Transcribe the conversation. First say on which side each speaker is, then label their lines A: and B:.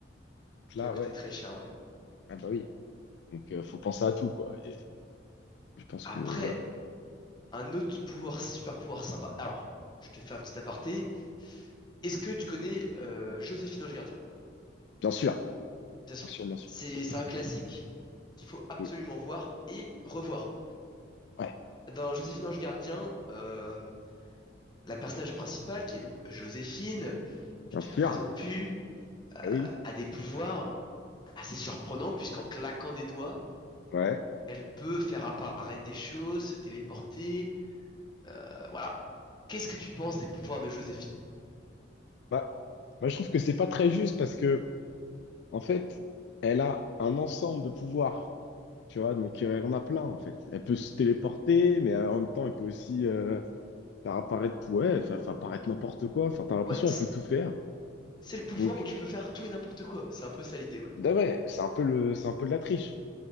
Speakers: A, on the left; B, on the left.
A: Donc
B: Tu
A: là,
B: vas coûter
A: ouais,
B: très cher, ouais.
A: ah bah oui. Donc, euh, faut penser à tout, quoi. Et je pense
B: Après,
A: que, voilà.
B: un autre pouvoir, super pouvoir sympa. Alors, je te fais un petit aparté. Est-ce que tu connais euh, Joséphine Ange Gardien?
A: Bien sûr,
B: Bien sûr.
A: bien sûr, bien sûr.
B: C'est c'est un classique qu'il faut absolument
A: Oui.
B: voir et revoir.
A: Ouais,
B: Dans Joséphine Ange Gardien, euh, la personnage principale, qui est donc Joséphine, je
A: bien
B: te
A: sûr.
B: la présente plus, euh,
A: Ah oui,
B: a des pouvoirs assez surprenants puisqu'en claquant des doigts,
A: ouais.
B: elle peut faire apparaître des choses, se téléporter. euh, voilà. Qu'est-ce que tu penses des pouvoirs de Joséphine?
A: Bah, moi, je trouve que c'est pas très juste parce que, en fait, elle a un ensemble de pouvoirs Tu vois, donc euh, elle en a plein en fait. Elle peut se téléporter, mais euh, en même temps, elle peut aussi euh, faire apparaître, ouais, elle fait- faire apparaître n'importe quoi. Enfin, t'as l'impression
B: Ouais, c'est
A: qu'elle peut tout faire.
B: c'est le pouvoir
A: Donc,
B: où tu peux faire tout et n'importe quoi. C'est un peu ça l'idée, ouais.
A: bah ouais, c'est un peu le, c'est un peu de la triche.